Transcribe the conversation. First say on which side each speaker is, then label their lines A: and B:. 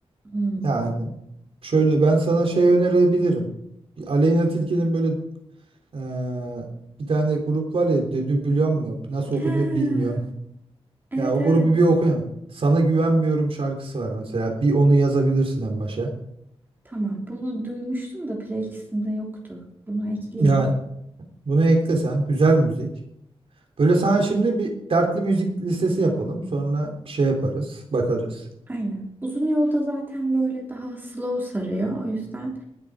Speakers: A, on the right; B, on the right.
A: Hmm.
B: Yani şöyle ben sana şey önerebilirim. Bir Aleyna Tilki'nin böyle eee, bir tane grup var ya Dedübülan mı nasıl okunuyor
A: Ha,
B: bilmiyorum.
A: evet
B: Ya o
A: evet.
B: grubu bir okuyayım. Sana güvenmiyorum şarkısı var mesela. Bir onu yazabilirsin en başa.
A: Tamam bunu duymuştum da playlistimde yoktu. Bunu ekleyeyim.
B: Yani bunu eklesen güzel müzik. Böyle sana şimdi bir dertli müzik listesi yapalım. Sonra şey yaparız, bakarız.
A: Aynen. Uzun yolda zaten böyle daha slow sarıyor. O yüzden